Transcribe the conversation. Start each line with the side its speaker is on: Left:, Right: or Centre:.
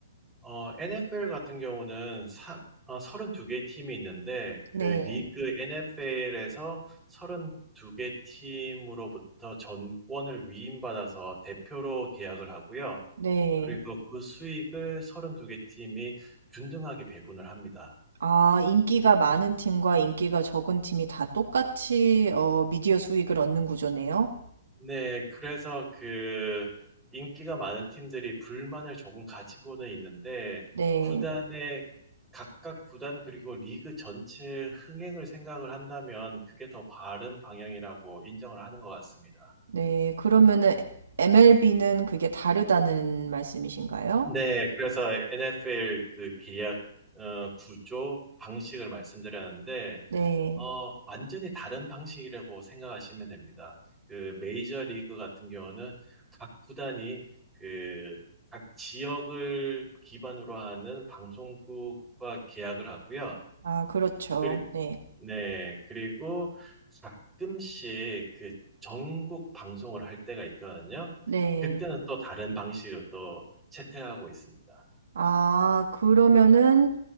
Centre: 어, NFL 같은 경우는 삼- 어, 32개 팀이 있는데, 그
Right: 네,
Centre: 리그 NFL에서 32개 팀으로부터 전권을 위임받아서 대표로 계약을 하고요.
Right: 네.
Centre: 그리고 그 수익을 32개 팀이 균등하게 배분을 합니다.
Right: 아, 인기가 많은 팀과 인기가 적은 팀이 다 똑같이, 어, 미디어 수익을 얻는 구조네요.
Centre: 네, 그래서 그 인기가 많은 팀들이 불만을 조금 가지고는 있는데
Right: 네,
Centre: 구단의 각각 구단 그리고 리그 전체의 흥행을 생각을 한다면 그게 더 바른 방향이라고 인정을 하는 것 같습니다.
Right: 네. 그러면은 MLB는 그게 다르다는 말씀이신가요?
Centre: 네. 그래서 NFL 그 계약 어 구조 방식을 말씀드렸는데
Right: 네.
Centre: 어 완전히 다른 방식이라고 생각하시면 됩니다. 그 메이저 리그 같은 경우는 각 구단이 그 각 지역을 기반으로 하는 방송국과 계약을 하고요.
Right: 아, 그렇죠.
Centre: 그리
Right: 네.
Centre: 네. 그리고 가끔씩 그 전국 방송을 할 때가 있거든요.
Right: 네.
Centre: 그때는 또 다른 방식을 또 채택하고 있습니다.
Right: 아, 그러면은